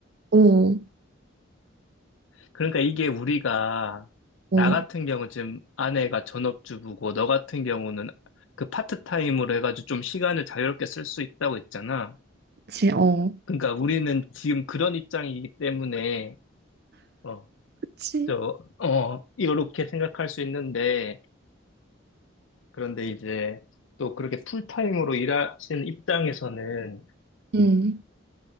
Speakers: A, on the right (about 55°); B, on the left (about 75°).
A: 어,
B: 그러니까 이게 우리가,
A: 어,
B: 나 같은 경우 지금 아내가 전업주부고, 너 같은 경우는 그 파트타임으로 해가지고 좀 시간을 자유롭게 쓸 수 있다고 했잖아.
A: 그치, 어,
B: 그러니까 우리는 지금 그런 입장이기 때문에, 어,
A: 그치.
B: 저, 어, 이렇게 생각할 수 있는데, 그런데 이제 또 그렇게 풀타임으로 일하시는 입장에서는
A: 음.